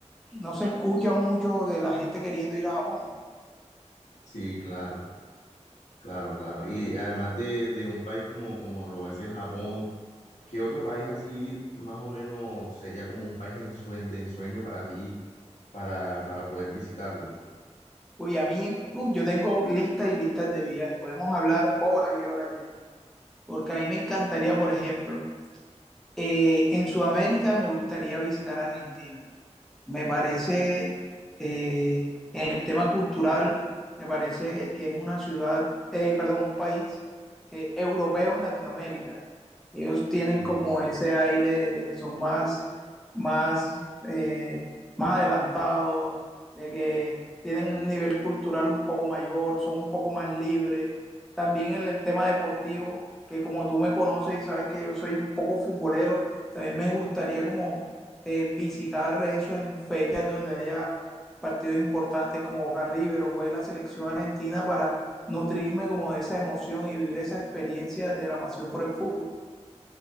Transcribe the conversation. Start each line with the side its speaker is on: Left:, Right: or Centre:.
Centre: no se escucha mucho de la gente queriendo ir a Japón.
Left: Sí, claro, claro, claro. Y además de, de un país como, como lo es el Japón, ¿Qué otro país así más o menos sería como un país ensue- de ensueño para ti, para, para poder visitarlo?
Centre: Uy, a mí, uy, yo tengo listas y listas de viajes, podemos hablar horas y horas de esto, porque a mí me encantaría, por ejemplo, eh, en Sudamérica me gustaría visitar Argentina. Me parece, eh, en el tema cultural, me parece que es una ciudad, eh, perdón, un país eh, europeo en Latinoamérica. Ellos tienen
Left: Sí,
Centre: como
Left: sí.
Centre: ese aire de, de que son más, más, eh, más adelantados, de que tienen un nivel cultural un poco mayor, son un poco más libres. También en el tema deportivo, que como tú me conoces y sabes que yo soy un poco futbolero, también me gustaría como eh, visitar eso en fechas donde haya partidos importantes como Boca River o juegue la selección argentina para nutrirme como de esa emoción y vivir esa experiencia de la pasión por el fútbol.